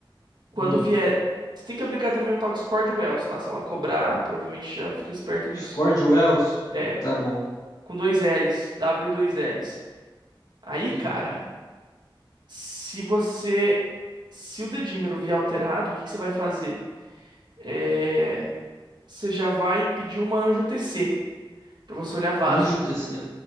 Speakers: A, on the right; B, on the left.
A: quando
B: Hum.
A: vier. Você tem que aplicar também um tal de Scored Wells, tá? Se ela cobrar, provavelmente já fica esperto nisso.
B: Os Cord Wells?
A: É,
B: Tá bom.
A: com dois L's, W e dois L's. Aí,
B: Uhum.
A: cara, se você. Se o dedímero vier alterado, o que que você vai fazer? É, você já vai pedir uma anjo TC, pra você olhar vaso,
B: Anjo TC.